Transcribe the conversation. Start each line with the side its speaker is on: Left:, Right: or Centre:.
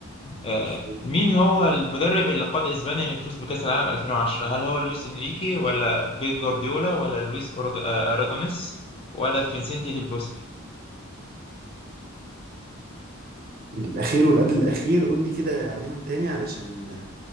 Left: آه،
Right: يعني.
Left: مين هو المدرب اللي قاد اسبانيا للفوز بكاس العالم 2010 هل هو لويس انريكي ولا بيب جوارديولا ولا لويس أورج- آه، اراجونيس ولا فينسنتي ديل بوسكي
Right: الأخير والقبل الأخير قول لي كده عليهم تاني علشان